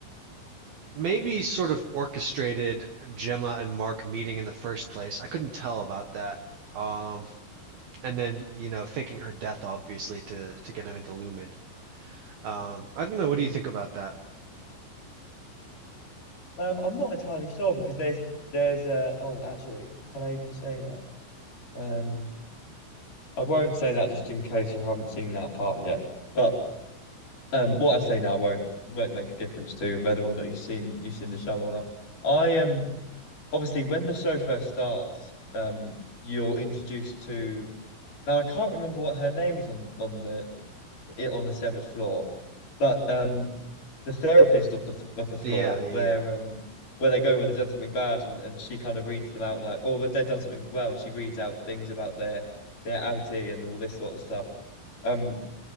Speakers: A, on the right; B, on the left.
A: maybe sort of orchestrated Gemma and Mark meeting in the first place. I couldn't tell about that. Um, and then you know faking her death obviously to to get him into Lumen. Um, I don't know.
B: Hmm.
A: What do you think about that?
B: Um, I'm not entirely sure because there's there's uh oh actually can I even say that? Um, I won't say that just in case you haven't seen that part yet. But um, what I say now won't won't make a difference to whether or not you've seen you've seen the show or not. I am. obviously when the show first starts, um, you're introduced to now I can't remember what her name is on on the it on the severed floor, but um, the therapist of the of the floor
A: Yeah, yeah,
B: where
A: yeah,
B: um where they go when they've done something bad and, and she kind of reads them out like oh but they've done something well and she reads out things about their their outie and all this sort of stuff. Um,